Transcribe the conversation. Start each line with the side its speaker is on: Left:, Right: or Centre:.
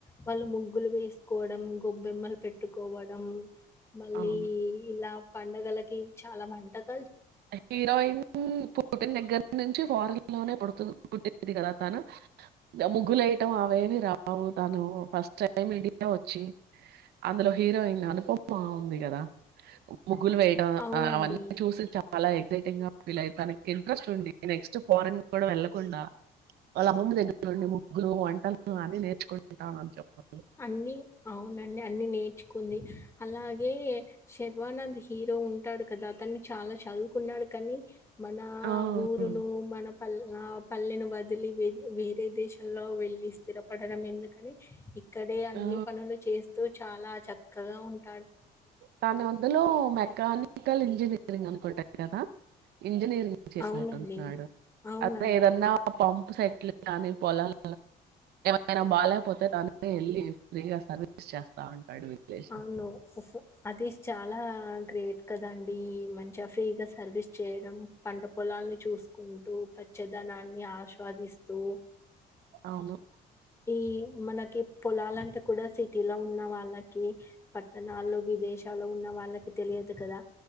Left: వాళ్ళు ముగ్గులు వేసుకోవడం గొబ్బెమ్మలు పెట్టుకోవడం. మళ్ళీ
Right: అవును.
Left: ఇలా. పండుగలకి చాలా వంటలు.
Right: హీరోయిన్ పుట్టిన దగ్గర నుంచి ఫారన్. లోనే పుడుతుంది కదా తను ముగ్గులేయటం అవేవి రావు. తను ఫస్ట్ టైం ఇండియా వచ్చి అందులో హీరోయిన్ అనుపమా ఉంది కదా. ముగ్గులు వేయడం
Left: అవునండి.
Right: అవన్నీ చూసి చ. చాలా ఎక్సైటింగ్ గా ఫీల్ అయితానం ఇంట్రెస్ట్ ఉంది నెక్స్ట్ ఫారెన్ కూడా వెళ్ళకుండా వాళ్ళ అమ్మమ్మ దగ్గర ఉండి ముగ్గులు వంటలు అన్ని నేర్చుకుంటా అని చెప్పడం.
Left: అన్ని అవునండి అన్ని నేర్చుకుంది అలాగే. ఏ షేప్. హీరో ఉంటాడు కదా అతన్ని చాలా చదువుకున్నాడు కానీ మన
Right: ఆ.
Left: ఊరును
Right: ఆ.
Left: మన పల్ పల్లెను వదిలి వ వేరే దేశంలో వెళ్ళి స్థిరపడడం ఎందుకని ఇక్కడే అన్ని
Right: ఆ
Left: పనులు చేస్తూ చాలా చక్కగా ఉంట
Right: తను అందులో మెకానికల్ ఇంజనీరింగ్ అనుకుంటాను కద ఇంజనీరింగ్ చేసినట్టుంటున్నాడు
Left: అవునండి. అవునండి.
Right: అదే ఏదన్నా
Left: అవును.
Right: పంప్ సెట్లు కానీ పొలాలు ఆయన బాలేకపోతే దాని వెళ్ళి ఫ్రీగా సర్వీస్ చేస్తా ఉంటాడు లేసి
Left: అవును అది చాలా గ్రేట్ కదండి మంచిగా ఫ్రీగా సర్వీస్ చేయడం పంట పొలాలను చూసుకుంటూ పచ్చదనాన్ని ఆస్వాదిస్తూ
Right: అవును
Left: ఈ మనకి పొలాలంటే కూడా సిటీలో ఉన్న వాళ్ళకి ది పట్టణాల్లో విదేశాల్లో ఉన్న వాళ్ళకి తెలియదు కదా